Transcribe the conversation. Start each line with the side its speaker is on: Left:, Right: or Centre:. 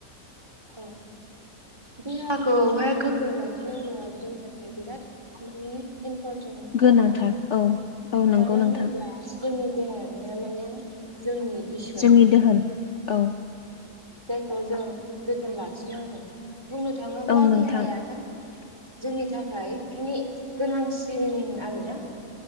Right: औ देहाखौहाय गोग्गो लाखिनांगौआ जोंनि थाखाय बिराद माने इम्परटेन्ट
Left: गोनांथार
Right: खामानि
Left: औ औ नंगौ
Right: मानो
Left: नोंथां
Right: होनोब्ला जोंनि देहायानो माने जोंनि इसोर
Left: जोंनि दोहोन औ
Right: जायखौ जों जोथोन लाखिनांगौ बुंनो थाङोब्ला
Left: औ नोंथां
Right: देहायानो जोंनि थाखाय माने गोनांसिन आरो ना।